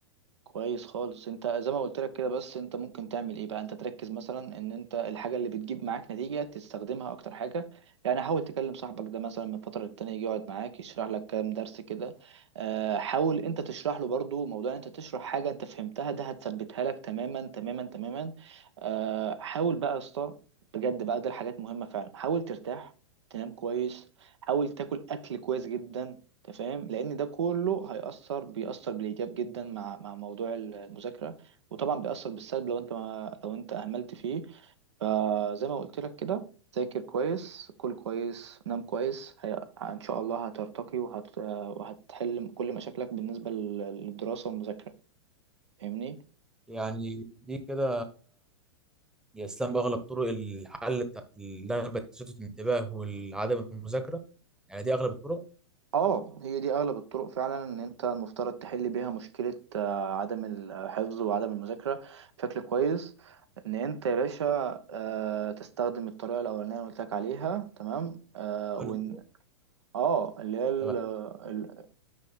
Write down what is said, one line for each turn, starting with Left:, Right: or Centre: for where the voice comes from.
Right: كويس خالص انت زي ما قلت لك كده بس انت ممكن تعمل ايه بقى انت تركز مثلا ان انت الحاجه اللي بتجيب معاك نتيجه تستخدمها اكتر حاجه يعني حاول تكلم صاحبك ده مثلا من فتره للتانيه يجي يقعد معاك يشرح لك كام درس كده اه، حاول انت تشرح له برضو موضوع ان انت تشرح حاجه انت فهمتها ده هتثبتها لك تماما تماما تماما اه، حاول بقى يا اسطى بجد بقى ده الحاجات مهمه فعلا حاول ترتاح تنام كويس حاول تاكل اكل كويس جدا انت فاهم لان ده كله هيأثر بيأثر بالإيجاب جدا مع مع موضوع المذاكرة وطبعا بيأثر بالسلب لو انت ما لو انت أهملت فيه فزي ما قلت لك كده ذاكر كويس كل كويس نام كويس هي... ان شاء الله هترتقي وهت... وهتحل كل مشاكلك بالنسبة لل- للدراسة والمذاكرة فاهمني
Centre: يعني دي كده يا اسلام اغلب طرق الحل بتاعت اللي انا بتشتت الانتباه والعدم المذاكره يعني دي اغلب الطرق
Right: اه هي دي اغلب الطرق فعلا ان انت المفترض تحل بيها مشكلة آه، عدم الحفظ وعدم المذاكرة بشكل كويس ان انت يا باشا آه، تستخدم الطريقة الاولانية اللي قلت لك عليها تمام آه، وان
Centre: الاتنين
Right: اه اللي هي ال-
Centre: تمام
Right: ال-